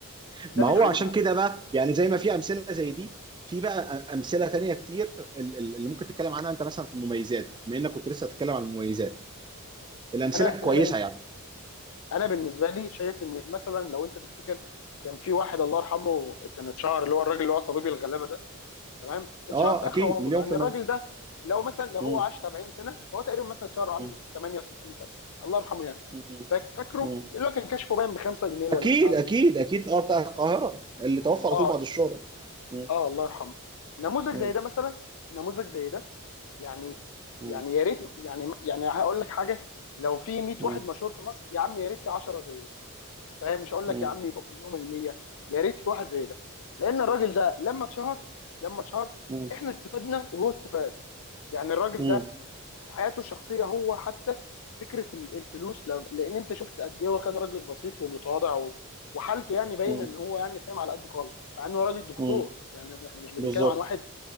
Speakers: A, on the left (about 65°); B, on the right (about 20°).
A: ده
B: ما
A: من
B: هو
A: عيوبها
B: عشان كده بقى يعني زي ما في امثله زي دي في بقى أ- امثله تانية كتير ال- ال- اللي ممكن تتكلم عنها انت مثلا في المميزات بما انك كنت لسه هتتكلم عن المميزات الامثله
A: انا
B: الكويسه
A: انا بن...
B: يعني
A: انا بالنسبه لي شايف ان مثلا لو انت تفتكر كان في واحد الله يرحمه كان اتشهر اللي هو الراجل اللي هو طبيب الغلابه ده تمام اتشهر
B: اه
A: في
B: اكيد
A: اخر عمره
B: مليون
A: يعني
B: في المية
A: الراجل ده لو مثلا لو هو
B: مم.
A: عاش 70 سنه فهو تقريبا مثلا اتشهر عنده
B: مم.
A: 68 سنه الله يرحمه يعني
B: مم.
A: فاك- فاكره
B: مم.
A: اللي هو كان كشفه باين ب 5 جنيه
B: اكيد
A: ولا مش عارف
B: اكيد
A: ايه
B: اكيد اه بتاع القاهرة اللي توفى على
A: اه
B: طول بعد الشهرة مم.
A: اه الله يرحمه نموذج
B: مم.
A: زي ده مثلا نموذج زي ده يعني
B: مم.
A: يعني يا ريت يعني يعني هقول لك حاجه لو في 100
B: مم.
A: واحد مشهور في مصر يا عم يا ريت في 10 زي ده فاهم مش هقول
B: مم.
A: لك يا عم يبقى كلهم ال 100 يا ريت في واحد زي ده لان الراجل ده لما اتشهر لما اتشهر
B: مم. مم.
A: احنا استفدنا وهو استفاد يعني الراجل
B: مم.
A: في حياته الشخصيه هو حتى فكره ال- الفلوس لو- لان انت شفت قد ايه هو كان راجل بسيط ومتواضع و- وحالته يعني باينه
B: مم.
A: ان هو يعني فاهم على قد خالص مع انه راجل دكتور
B: مم.
A: يعني احنا مش بنتكلم
B: بالظبط
A: عن واحد